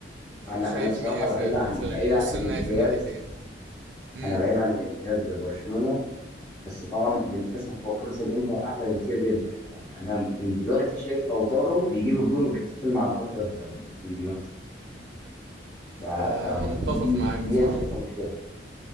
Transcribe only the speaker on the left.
انا
انا بصراحه
بعيد
عن
بعيد
عن الانحياز
انا بعيد عن الانحياز لبرشلونه بس طبعا للاسف هو فرصه الانتر اعلى بكتير جدا يعني انا من دلوقتي شايف لوتارو بيجيب الجون وبيحتفل مع الالتراس بتاع الانتر من دلوقتي ف...
فدي
دي
انا شايفها مشكله